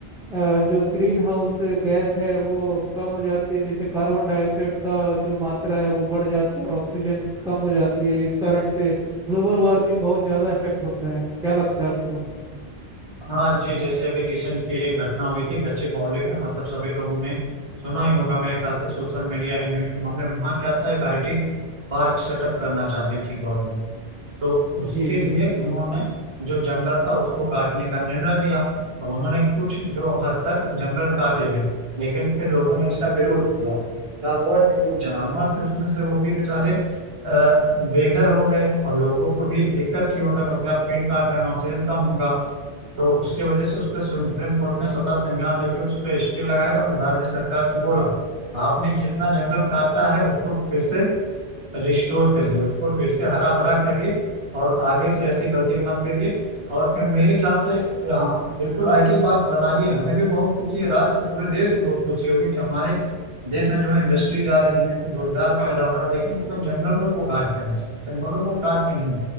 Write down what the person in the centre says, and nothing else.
अ, जो ग्रीन हाउस गैस है वो कम हो जाती है जैसे कार्बन डाइऑक्साइड का जो मात्रा है वो बढ़ जाता है और ऑक्सीजन कम हो जाती है इस कारण से ग्लोबल वार्मिंग बहुत ज़्यादा इफेक्ट होता है क्या लगता है आपको
जी जी